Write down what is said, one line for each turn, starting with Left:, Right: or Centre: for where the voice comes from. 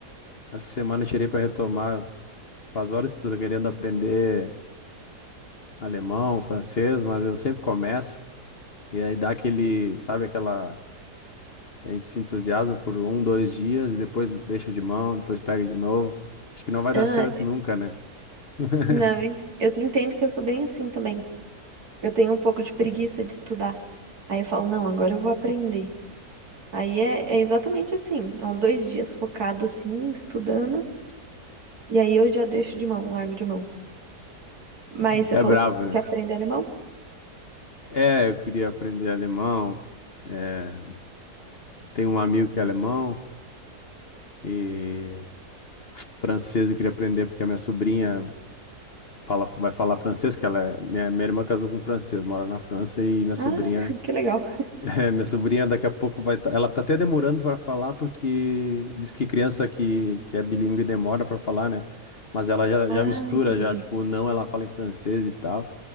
Left: essa semana eu tirei para retomar. Faz horas que estou querendo aprender alemão, francês, mas eu sempre começo e aí dá aquele, sabe, aquela a gente se entusiasma por um, dois dias e depois deixa de mão, depois pega de novo. Acho que não vai dar
Right: Ah,
Left: certo nunca, né? <laughs>
Right: não, eu en- eu entendo que eu sou bem assim também. Eu tenho um pouco de preguiça de estudar. Aí eu falo, não, agora eu vou aprender. Aí é, é exatamente assim. É um dois dias focado assim, estudando. E aí eu já deixo de mão, largo de mão. Mas você
Left: É
Right: falou
Left: bravo,
Right: que
Left: né?
Right: quer aprender alemão?
Left: É, eu queria aprender alemão. é, Tem um amigo que é alemão e francês eu queria aprender porque a minha sobrinha fala, vai falar francês, porque ela é, minha, minha irmã casou com um francês, mora na França e minha sobrinha,
Right: Ah, <laughs> que legal.
Left: <laughs> é, minha sobrinha daqui a pouco vai, tá- ela tá até demorando para falar porque diz que criança que, que é bilíngue demora para falar, né? Mas ela já,
Right: Ah,
Left: já mistura
Right: entendi.
Left: já, tipo, o não ela fala em francês e tal.